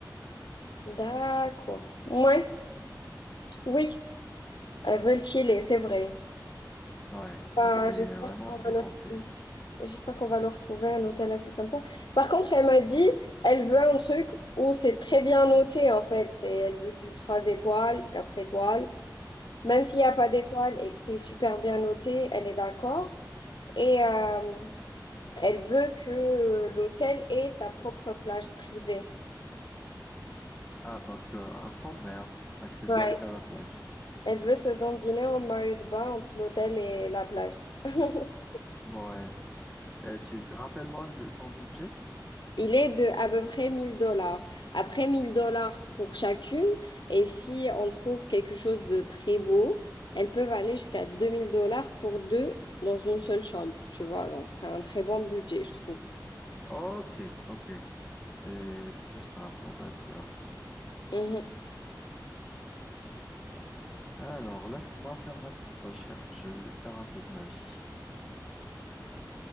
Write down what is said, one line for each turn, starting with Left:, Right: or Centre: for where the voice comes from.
Left: D'accord. Ouais, oui, elles veulent chiller, c'est vrai.
Centre: Ouais,
Left: Bah,
Centre: donc c'est
Left: j'espère
Centre: vraiment
Left: qu'on va
Centre: déconseillé.
Left: leur trouver, j'espère qu'on va leur trouver un hôtel assez sympa. Par contre, elle m'a dit, elle veut un truc où c'est très bien noté, en fait. C'est, elle veut du 3 étoiles, 4 étoiles. Même s'il n'y a pas d'étoiles et que c'est super bien noté, elle est d'accord. Et euh, elle veut que euh, l'hôtel ait sa propre plage privée.
Centre: Ah, donc euh, un front de mer, accès
Left: Ouais.
Centre: direct à la plage.
Left: Elle veut se dandiner en maillot de bain entre l'hôtel et la plage. <laughs>
Centre: Ouais. Et tu rappelles-moi le- son budget?
Left: Il est de à peu près 1000 dollars. Après 1000 dollars pour chacune, et si on trouve quelque chose de très beau, elles peuvent aller jusqu'à 2000 dollars pour deux dans une seule chambre, tu vois. Donc, c'est un très bon budget, je trouve.
Centre: Ok, ok. C'est plus simple, on va dire.
Left: Mhm.
Centre: Alors, laisse-moi faire ma petite recherche. Je vais faire un peu de magie.